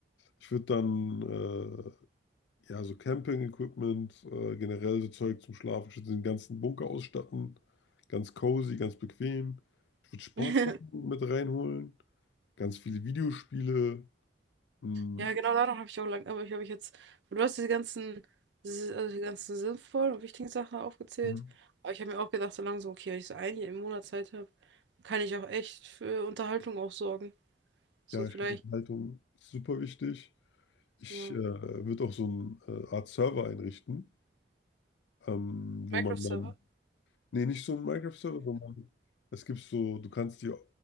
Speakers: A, on the left; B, on the right.
A: ich würde dann äh, ja, so Camping-Equipment, äh, generell so Zeug zum Schlafen, den ganzen Bunker ausstatten. Ganz cozy, ganz bequem. Ich würde Sportsachen
B: <laughs>
A: mit reinholen. Ganz viele Videospiele. Mhm.
B: Ja, genau daran habe ich auch lang, aber ich habe ich jetzt, du hast diese ganzen, diese- also die ganzen sinnvollen und wichtigen Sachen aufgezählt.
A: Mhm.
B: Aber ich habe mir auch gedacht, so langsam, okay, wenn ich so ein Jahr im Monat Zeit habe, kann ich auch echt für Unterhaltung auch sorgen. So
A: Ja,
B: vielleicht,
A: ich glaube, Unterhaltung ist super wichtig. Ich
B: ja.
A: äh, würde auch so eine äh, Art Server einrichten, ähm, wo
B: Minecraft-Server.
A: man dann, nee, nicht so ein Minecraft-Server, sondern es gibt so, du kannst dir